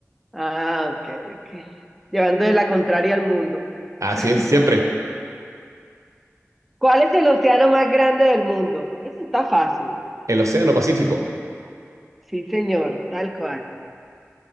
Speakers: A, in the centre; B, on the right.
A: Ah, ok, ok. Llevando de la contraria al mundo.
B: Así
A: <laughs>
B: es, siempre.
A: ¿Cuál es el océano más grande del mundo? Eso está fácil.
B: El Océano Pacífico.
A: Sí, señor, tal cual.